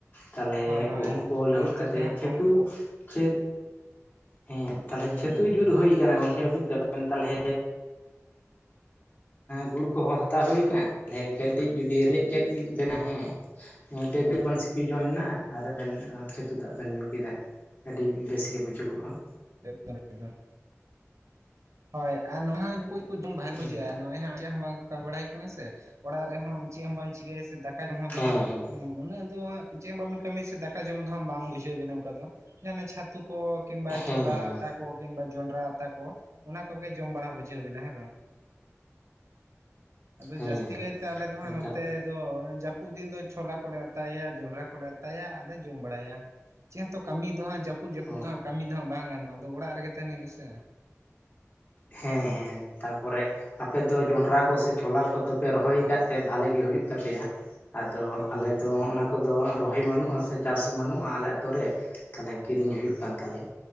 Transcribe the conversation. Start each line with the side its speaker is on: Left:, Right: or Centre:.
Left: ᱛᱟᱦᱞᱮ
Right: ᱦᱳᱭ ᱦᱳᱭ
Left: ᱜᱩᱦᱩᱢ ᱠᱚ ᱞᱟᱹᱦᱩᱫ
Right: ᱱᱤᱛᱚᱜ
Left: ᱠᱟᱛᱮᱫ
Right: ᱫᱚ ᱦᱟᱸᱜ
Left: ᱪᱷᱟᱛᱩ,
Right: ᱜᱚᱦᱚᱢ ᱠᱚᱠᱚ
Left: ᱪᱮᱫ ᱦᱮᱸ ᱛᱟᱦᱚᱞᱮ
Right: ᱮᱠᱫᱚᱢ
Left: ᱠᱷᱮᱛᱩ
Right: ᱮᱠᱫᱚᱢ
Left: ᱡᱩᱫ ᱦᱩᱭ ᱟᱠᱟᱱᱟ ᱜᱚᱝᱠᱮ ᱵᱩᱡ ᱫᱟᱵᱤᱱ ᱛᱟᱞᱦᱮ
Right: <inaudible>
Left: ᱜᱩᱲ ᱠᱚᱦᱚᱸ ᱦᱟᱛᱟᱣ ᱦᱩᱭᱱᱟ, ᱛᱟᱦᱮ ᱠᱟᱹᱴᱤᱡ ᱡᱩᱫᱤ ᱨᱮᱡ ᱠᱮᱫ ᱵᱮᱱᱟ, ᱦᱮᱸ ᱜᱚᱝᱠᱮᱹ ᱠᱟᱹᱡᱽ ᱵᱚᱱ ᱥᱤᱯᱤ ᱡᱚᱝ ᱱᱟ ᱟᱨ ᱟᱵᱮᱱ ᱪᱷᱟᱛᱩ ᱫᱟᱜ ᱵᱮᱱ ᱧᱩ ᱠᱮᱫᱟ, ᱟᱹᱰᱤ ᱵᱮᱥ ᱜᱮ ᱵᱩᱡᱩᱜᱚᱜᱼᱟ ᱾
Right: ᱮᱠᱫᱚᱢ ᱮᱠᱫᱚᱢ ᱦᱳᱭ ᱟᱨ ᱱᱚᱣᱟ ᱵᱷᱟᱜᱮ
Left: ᱦᱮᱸ
Right: ᱵᱩᱡᱷᱟᱹᱜᱼᱟ, ᱱᱚᱜᱚᱭ ᱪᱮᱫ ᱦᱚᱸ ᱵᱟᱝᱠᱚ ᱠᱟᱹᱢᱤ ᱵᱟᱲᱟ ᱠᱟᱱᱟ ᱥᱮ, ᱚᱲᱟᱜ ᱨᱮᱦᱚᱸ ᱪᱮᱫ ᱦᱚᱸ ᱵᱟᱝ ᱪᱤᱠᱟᱹᱭᱟ ᱥᱮ ᱫᱟᱠᱟ ᱾ ᱫᱚ
Left: ᱦᱮᱸ
Right: ᱦᱟᱸᱜ
Left: ᱦᱮᱸ
Right: ᱩᱱᱟᱹᱜ ᱫᱚ ᱦᱟᱸᱜ ᱪᱮᱫ ᱵᱟᱵᱮᱱ ᱠᱟᱹᱢᱤᱭᱟ ᱥᱮ ᱫᱟᱠᱟ ᱡᱚᱢ ᱫᱚ ᱦᱟᱸᱜ ᱵᱟᱝ ᱵᱩᱡᱷᱟᱹᱣ ᱵᱤᱱᱟ ᱚᱱᱠᱟ ᱫᱚ, ᱡᱟᱦᱱᱟᱜ ᱪᱷᱟᱛᱩ ᱠᱚ ᱠᱤᱝᱵᱟ ᱪᱷᱚᱞᱟ
Left: ᱦᱮᱸ ᱦᱮᱸ
Right: ᱟᱛᱟ ᱠᱚ ᱠᱤᱢᱵᱟ ᱡᱚᱱᱰᱨᱟ ᱟᱛᱟ ᱠᱚ ᱚᱱᱟ ᱠᱚᱜᱮ ᱡᱚᱢ ᱵᱟᱲᱟ ᱵᱩᱡᱷᱟᱹᱣ ᱵᱤᱱᱟ ᱦᱮᱸ ᱵᱟ ᱟᱫᱚ
Left: ᱦᱮᱸ
Right: ᱡᱟᱹᱥᱛᱤ
Left: ᱦᱮᱸ
Right: ᱠᱟᱭᱛᱮ ᱟᱞᱮ ᱫᱚ ᱦᱟᱸᱜ
Left: ᱦᱮᱸ
Right: ᱱᱚᱛᱮ,
Left: ᱛᱟᱯᱚᱨ
Right: ᱫᱚ ᱡᱟᱹᱯᱩᱫ ᱫᱤᱱ ᱫᱚ ᱪᱷᱳᱞᱟ ᱠᱚᱞᱮ ᱟᱛᱟᱭᱟ, ᱡᱚᱸᱰᱨᱟ ᱠᱚᱞᱮ ᱟᱛᱟᱭᱟ, ᱟᱨᱞᱮ ᱡᱚᱢ ᱵᱟᱲᱟᱭᱟ ᱾ ᱪᱮᱫ ᱦᱚᱛᱚ ᱠᱟᱹᱢᱤ ᱫᱚ ᱦᱟᱸᱜ ᱡᱟᱹᱯᱩᱫ ᱡᱟᱹᱯᱩᱫ
Left: ᱚ
Right: ᱫᱚ ᱦᱟᱸᱜ ᱠᱟᱹᱢᱤ ᱫᱚ ᱦᱟᱸᱜ ᱵᱟᱝ ᱜᱟᱱᱚᱜ ᱟᱫᱚ ᱚᱲᱟᱜ ᱨᱮᱜᱮ ᱛᱟᱦᱮᱱ ᱦᱩᱭᱩᱜᱼᱟ ᱥᱮ᱾
Left: ᱦᱮᱸ ᱦᱮᱸ ᱛᱟᱯᱚᱨᱮ, ᱟᱯᱮ ᱫᱚ ᱡᱚᱱᱰᱨᱟ ᱠᱚ ᱥᱮ ᱪᱷᱳᱞᱟ ᱠᱚᱫᱚᱯᱮ ᱨᱚᱦᱚᱭ ᱟᱠᱟᱫ ᱛᱮ ᱵᱷᱟᱜᱮ ᱜᱮ ᱦᱩᱭᱩᱜ ᱛᱟᱯᱮᱭᱟ ᱾ ᱟᱫᱚ
Right: ᱮᱠᱫᱚᱢ
Left: ᱟᱞᱮᱫᱚ
Right: ᱮᱠᱫᱚᱢ
Left: ᱚᱱᱟ ᱠᱚᱫᱚ ᱨᱚᱦᱚᱭ ᱵᱟᱹᱱᱩᱜᱼᱟ ᱥᱮ ᱪᱟᱥ ᱦᱚᱸ ᱵᱟᱹᱱᱩᱜᱼᱟ ᱟᱞᱮ ᱟᱛᱳ ᱨᱮ, ᱛᱟᱦᱚᱞᱮ ᱠᱤᱨᱤᱧ ᱦᱩᱭᱩᱜ ᱠᱟᱱ ᱛᱟᱞᱮᱭᱟ᱾